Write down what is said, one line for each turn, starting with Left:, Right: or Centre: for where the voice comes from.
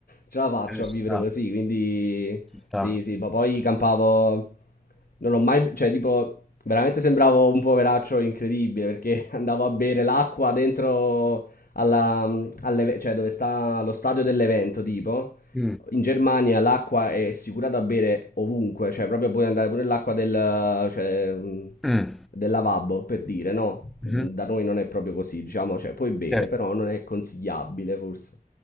Left: Ce la faccio
Centre: Eh,
Left: a
Centre: Ci
Left: vivere
Centre: sta,
Left: così, quindi...
Centre: ci sta.
Left: Sì, sì, ma poi campavo... Non ho mai... Cioè, tipo, veramente sembravo un poveraccio incredibile, perché <laughs> andavo a bere l'acqua dentro alla... alle- Cioè, dove sta lo stadio dell'evento, tipo
Centre: Mm,
Left: in Germania l'acqua è assicurata a bere ovunque, cioè proprio puoi andare pure nell'acqua del, cioè, mh,
Centre: mm,
Left: del lavabo, per dire, no?
Centre: mhm,
Left: Da noi non è proprio così, diciamo, cioè puoi bere,
Centre: Certo.
Left: però non è consigliabile forse.